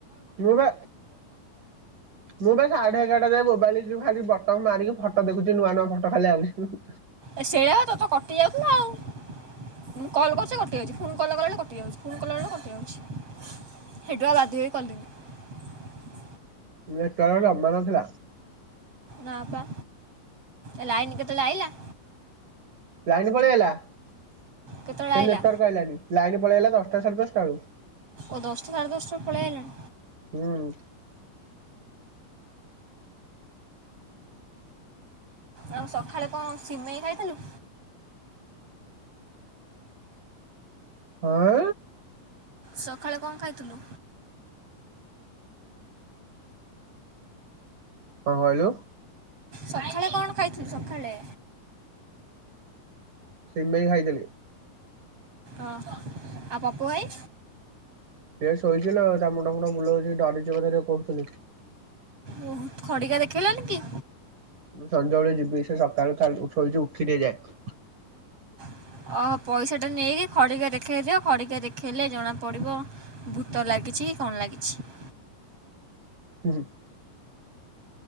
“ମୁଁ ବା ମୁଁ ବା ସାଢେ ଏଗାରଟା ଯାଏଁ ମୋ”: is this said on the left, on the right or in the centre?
Right